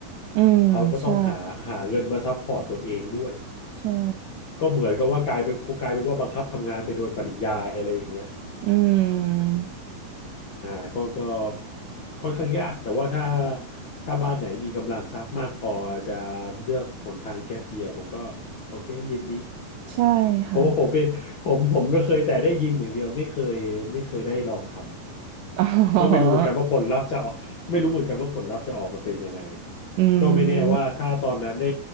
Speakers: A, on the right (about 85°); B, on the left (about 70°).
A: อืมใช่
B: เขาก็ต้องหาหาเงินมาซัพพอร์ตตัวเองด้วย
A: ใช่
B: ก็เหมือนกับว่ากลายเป็นกลายเป็นว่าบังคับทำงานไปโดยปริยายอะไรอย่างเงี้ย
A: อืม
B: อ่าก็ก็ค่อนข้างยากแต่ว่าถ้าถ้าบ้านไหนมีกำลังทรัพย์มากพอจะเลือกหนทางแก๊ปเยียผมก็โอเคยินดี
A: ใช่ค่ะ
B: เพราะว่าผมเป็นผมผมก็เคยแต่ได้ยินอย่างเดียวไม่เคยไม่เคยได้ลองท
A: อ๋อ
B: ำก็ไม่รู้เหมือนกันว่าผลลัพธ์จะออกไม่รู้เหมือนกันว่าผลลัพธ์จะออกมาเป็นยังไง
A: อื
B: ก็ไม่แน่ว่าถ้าตอนนั้นได้
A: ม